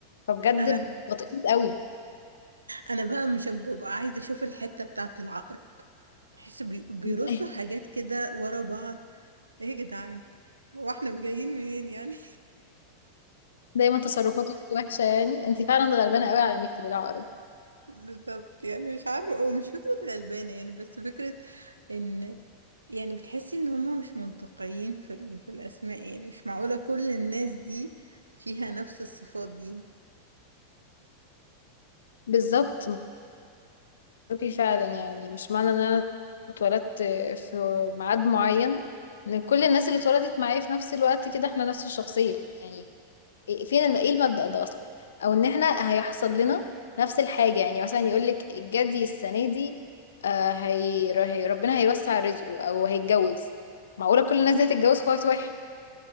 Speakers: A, on the left; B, on the right.
A: فبجد
B: أنا
A: بطيء قوي
B: أنا بقى مش ببقى عايزة أشوف الحتة بتاعة العقرب بحس بي... بيرصوا
A: <laughs>
B: حاجات كده ورا بعض ايه يا جدعان واحنا جايين منين يعني
A: دايما تصرفاته وحشة يعني انت فعلا غلبانة قوي على انك تبقي العقرب
B: بالظبط يعني مش عارفة ومش فكرة غلبانة يعني بس فكرة ان يعني بتحسي ان هما مش منطقيين في ال... في الاسماء يعني مش معقولة كل الناس دي فيها نفس الصفات دي
A: بالظبط معروفي فعلا يعني مش معنى ان انا اتولدت في ميعاد معين ان كل الناس اللي اتولدت معايا في نفس الوقت كده احنا نفس الشخصية يعني إيه- فين الم... ايه المبدأ ده اصلا او ان احنا هيحصل لنا نفس الحاجة يعني مثلا يقولك الجدي السنة دي آه هي... هي ربنا هيوسع رزقه او هيتجوز معقولة كل الناس دي هتتجوز في وقت واحد